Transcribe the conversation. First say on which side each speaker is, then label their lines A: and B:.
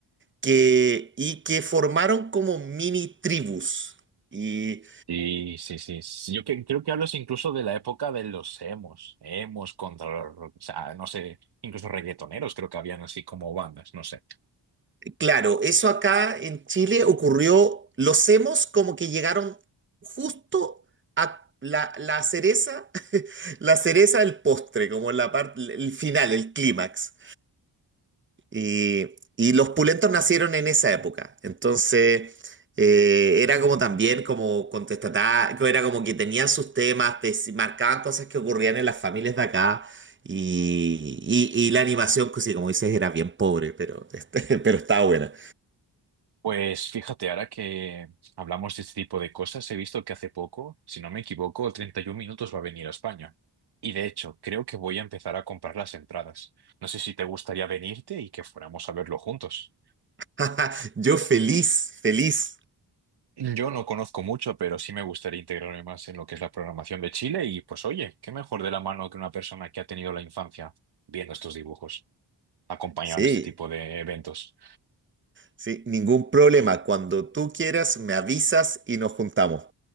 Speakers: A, on the right; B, on the right.
A: que, y que formaron como mini tribus. Y
B: Sí, sí, sí. sí. Yo que- creo que hablas incluso de la época de los emos, emos contra los, o sea, no sé, incluso reggaetoneros creo que habían así como bandas, no sé.
A: claro, eso acá en Chile ocurrió, los hemos como que llegaron justo a la, la cereza, <laughs> la cereza del postre, como la parte, el final, el clímax. Y, y los pulentos nacieron en esa época. Entonces, eh, era como también como contestatario, era como que tenían sus temas, te s- marcaban cosas que ocurrían en las familias de acá. Y, y- y la animación, pues sí, como dices, era bien pobre, pero, este, <laughs> pero estaba buena.
B: Pues fíjate, ahora que hablamos de este tipo de cosas, he visto que hace poco, si no me equivoco, 31 minutos va a venir a España. Y de hecho, creo que voy a empezar a comprar las entradas. No sé si te gustaría venirte y que fuéramos a verlo juntos.
A: <laughs> Yo feliz, feliz.
B: Yo no conozco mucho, pero sí me gustaría integrarme más en lo que es la programación de Chile y pues oye, qué mejor de la mano que una persona que ha tenido la infancia viendo estos dibujos, acompañado
A: Sí,
B: en este tipo de eventos.
A: sí, ningún problema. Cuando tú quieras, me avisas y nos juntamos.